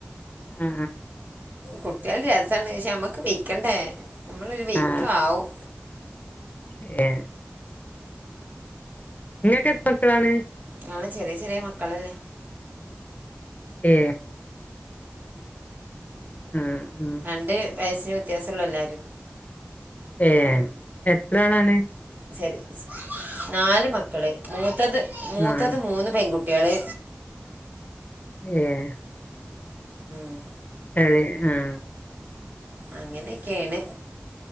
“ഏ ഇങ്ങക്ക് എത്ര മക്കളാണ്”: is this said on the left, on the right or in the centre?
Left